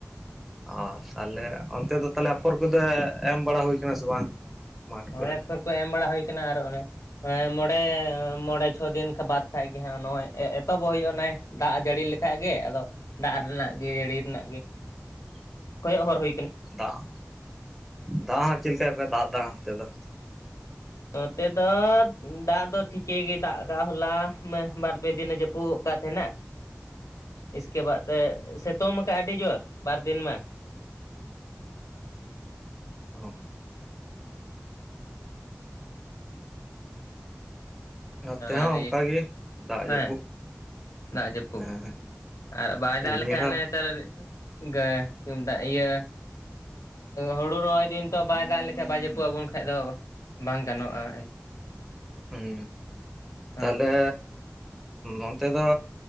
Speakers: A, in the centre; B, on the left (about 85°).
A: ᱚ ᱛᱟᱦᱚᱞᱮ ᱚᱱᱛᱮ ᱫᱚ ᱛᱟᱦᱚᱞᱮ ᱟᱯᱷᱚᱨ ᱠᱚᱫᱚ ᱮᱢ ᱵᱟᱲᱟ ᱦᱩᱭ ᱠᱟᱱᱟ ᱥᱮ ᱵᱟᱝ? ᱢᱟᱴᱷ ᱠᱚᱨᱮ
B: ᱦᱮ ᱟᱯᱷᱚᱨ ᱠᱚ ᱮᱢ ᱵᱟᱲᱟ ᱦᱩᱭ ᱟᱠᱟᱱᱟ ᱟᱨ ᱚᱱᱮ ᱢᱚᱬᱮ ᱢᱚᱬᱮ ᱪᱷᱚ ᱫᱤᱱ ᱵᱟᱫ ᱠᱷᱟᱜ ᱜᱮ ᱦᱟᱸᱜ ᱱᱚᱜᱼᱚᱭ ᱮᱛᱚᱦᱚᱵᱚᱜ ᱦᱩᱭᱩᱜᱼᱟ ᱚᱱ ᱫᱟᱜ ᱡᱟᱹᱲᱤ ᱞᱮᱠᱷᱟᱡ ᱜᱮ ᱟᱫᱚ ᱫᱟᱜ ᱨᱮᱱᱟᱜ ᱜᱮ ᱡᱟᱹᱲᱤ ᱨᱮᱱᱟᱜ ᱜᱮ
A: <unintelligible>
B: ᱠᱚᱭᱚᱜ ᱦᱚᱨ ᱦᱩᱭ ᱟᱠᱟᱱᱟ
A: ᱫᱟᱜ, ᱫᱟᱜ ᱦᱚᱸ ᱪᱮᱫ ᱞᱮᱠᱟ ᱠᱚ ᱫᱟᱜ ᱫᱟ ᱚᱱᱛᱮ ᱫᱚ
B: ᱱᱚᱛᱮ ᱫᱚ ᱫᱟᱜ ᱫᱚ ᱴᱷᱤᱠᱮ ᱜᱮ ᱫᱟᱜ ᱟᱠᱟᱫ ᱦᱚᱞᱟ ᱵᱟᱨ ᱯᱮ ᱫᱤᱱ ᱡᱟᱹᱯᱩᱫ ᱟᱠᱟᱫ ᱛᱟᱦᱮᱸᱱᱟ ᱤᱥᱠᱮ ᱵᱟᱫ ᱛᱮ ᱥᱤᱛᱩᱝ ᱟᱠᱟᱜᱼᱟ ᱟᱹᱰᱤ ᱡᱳᱨ ᱵᱟᱨ ᱫᱤᱱ ᱢᱟ
A: ᱦᱚᱸ ᱱᱚᱛᱮ ᱦᱚᱸ
B: ᱟᱨ
A: ᱚᱱᱠᱟᱜᱮ ᱫᱟᱜ
B: ᱦᱮᱸ
A: ᱡᱟᱹᱯᱩᱫ
B: ᱫᱟᱜ ᱡᱟᱹᱯᱩᱫ,
A: ᱦᱮᱸ
B: ᱟᱨ ᱵᱟᱭ ᱫᱟᱜ
A: ᱨᱤᱢᱤᱞ
B: ᱞᱮᱠᱷᱟᱱᱮ
A: ᱦᱚᱸ
B: ᱱᱮᱛᱟᱨ <unintelligible> ᱪᱩᱢᱫᱟᱜ ᱤᱭᱟᱹ <unintelligible> ᱦᱩᱲᱩ ᱨᱚᱦᱚᱭ ᱫᱤᱱ ᱛᱚ ᱵᱟᱭ ᱫᱟᱜ ᱞᱮᱠᱷᱟᱱ ᱵᱟᱭ ᱡᱟᱹᱯᱩᱫ ᱟᱵᱚᱱ ᱠᱷᱟᱡ ᱫᱚ ᱵᱟᱝ ᱜᱟᱱᱚᱜᱼᱟ
A: ᱦᱮᱸ
B: ᱦᱮᱸ
A: ᱛᱟᱦᱞᱮ ᱚᱱᱛᱮ ᱫᱚ